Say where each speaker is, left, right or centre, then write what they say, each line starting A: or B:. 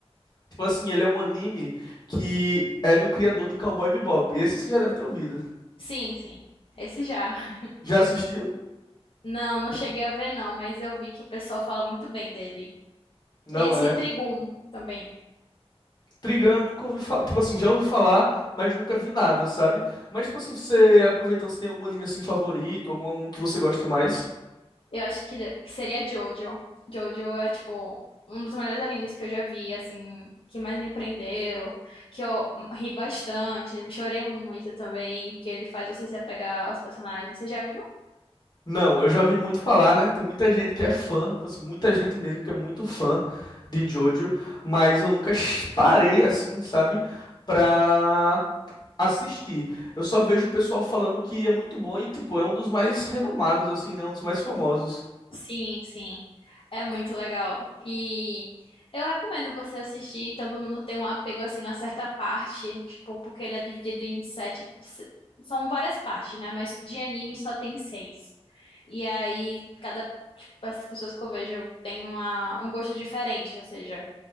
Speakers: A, on the left; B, on the left.
A: Tipo assim, ele é um anime que é do criador de Cowboy Bebop. Esse você já deve ter ouvido.
B: Sim, sim. Esse já. <laughs>
A: Já assistiu?
B: Não, não cheguei a ver não, mas eu vi que o pessoal fala muito bem dele.
A: Não,
B: Esse
A: é.
B: Trigun também.
A: Trigun eu nunca ouvi falar. Tipo assim, já ouvi falar, mas nunca vi nada, sabe? Mas, tipo assim, você aproveitando, você tem algum anime assim favorito, algum que você goste mais?
B: Eu acho que, que seria Jojo. Jojo é, tipo, um dos melhores animes que eu já vi, assim, que mais me prendeu, que eu ri bastante, chorei muito também, porque ele faz você se apegar aos personagens. Você já viu?
A: Não, eu já ouvi muito falar, né? Tem muita gente que é fã, tipo assim, muita gente mesmo que é muito fã de Jojo, mas eu nunca ch- parei assim, sabe? Pra assistir. Eu só vejo o pessoal falando que é muito bom e, tipo, é um dos mais renomados, assim, né? Um dos mais famosos.
B: Sim, sim. É muito legal. E eu recomendo você assistir. Todo mundo tem um apego assim a certa parte, tipo, porque ele é dividido em sete. se- São várias partes, né? Mas de anime só tem seis. E aí, cada. Tipo, essas pessoas que eu vejo têm uma, um gosto diferente. Ou seja,